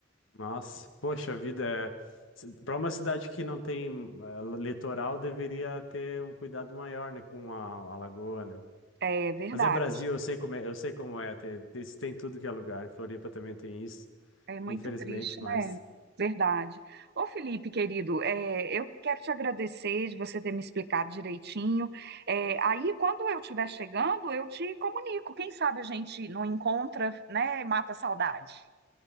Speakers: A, on the left (about 70°); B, on the right (about 55°).
A: Nossa, poxa vida. é- se- uma cidade que não tem eh, litoral, deveria ter um cuidado maior, né, com a, a lagoa, né?
B: É verdade.
A: Mas é Brasil, eu sei como é, eu sei como é, tem, tem- isso tem em tudo que é lugar. E Floripa também tem isso,
B: É muito
A: infelizmente,
B: triste,
A: mas
B: né? Verdade. Ô, Felipe, querido, é, eu quero te agradecer de você ter me explicado direitinho. É, aí, quando eu estiver chegando, eu te comunico. Quem sabe a gente não encontra, né? e Mata a saudade.